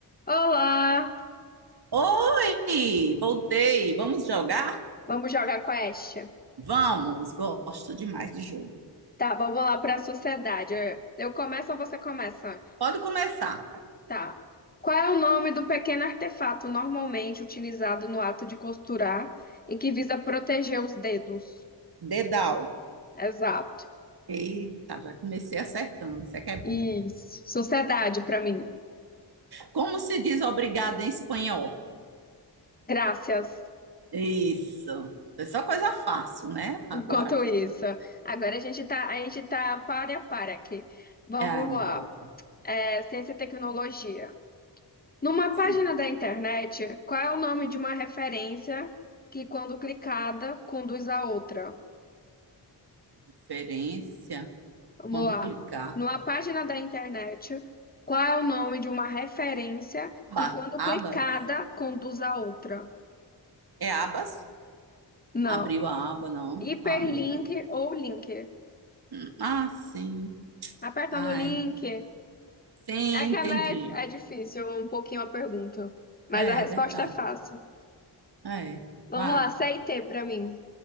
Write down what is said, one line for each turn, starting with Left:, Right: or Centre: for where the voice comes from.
Left: Olá!
Right: Oi, voltei. Vamos jogar?
Left: Vamos jogar quest?
Right: Vamos, gosto demais de jogo.
Left: Tá, vamos lá para a sociedade. Eu começo ou você começa?
Right: Pode começar.
Left: Tá. Qual é o nome do pequeno artefato normalmente utilizado no ato de costurar e que visa proteger os dedos?
Right: Dedal.
Left: Exato.
Right: Eita, já comecei acertando, isso é que é bom.
Left: Isso. Sociedade para mim.
Right: Como se diz obrigado em espanhol?
Left: Graças.
Right: Isso. Foi só coisa fácil, né? Agora
Left: Enquanto
Right: foi.
Left: isso, agora a gente tá, a gente tá pare a par aqui. Vamos
Right: É, aí,
Left: lá.
Right: pronto.
Left: É, ciência e tecnologia. Numa
Right: Sim,
Left: página da internet, qual é o nome de uma referência que, quando clicada, conduz a outra?
Right: referência.
Left: Vamos
Right: Quando
Left: lá.
Right: clicar.
Left: Numa página da internet, qual é o nome de uma referência
Right: Aba,
Left: que, quando
Right: abas.
Left: clicada, conduz a outra?
Right: É abas?
Left: Não.
Right: Abriu a aba, não.
Left: Hiperlink
Right: Ah, meu Deus.
Left: ou link?
Right: Hum, Ah, sim.
Left: Aperta
Right: Ai.
Left: no link.
Right: Sim,
Left: É que
Right: entendi.
Left: é, med- é difícil um pouquinho a pergunta, mas
Right: É,
Left: a resposta
Right: é verdade.
Left: é fácil.
Right: É,
Left: Vamos
Right: vá.
Left: lá, C e T pra mim.